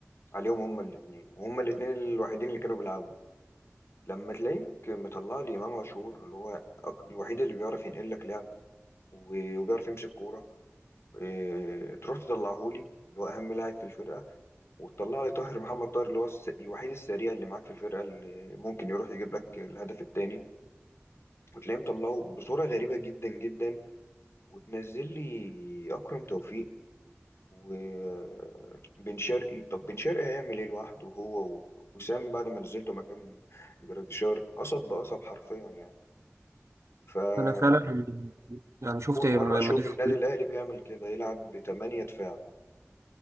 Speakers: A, on the left; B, on the right.
A: عليهم هما الاتنين وهما الاتنين الوحيدين اللي كانوا بيلعبوا لما تلاقيك مطلع لي امام عاشور اللي هو أك- الوحيد اللي بيعرف ينقل لك لعب و- وبيعرف يمسك كوره إيه، تروح تطلعه لي اللي هو اهم لاعب في الفرقه وتطلع لي طاهر محمد طاهر اللي هو الس- الوحيد السريع اللي معاك في الفرقه اللي ممكن يروح يجيب لك الهدف الثاني وتلاقيه مطلعه بصوره غريبه جدا جدا وتنزل لي اكرم توفيق وبن شرقي طب بن شرقي هيعمل ايه لوحده هو و- وسام بعد ما نزلته مكان جراديشار قصب بقصب حرفيا يعني فأول
B: انا فعلا يعني شفت م-
A: مرة أشوف
B: مدافع
A: النادي الأهلي بيعمل كده يلعب بتمانية دفاع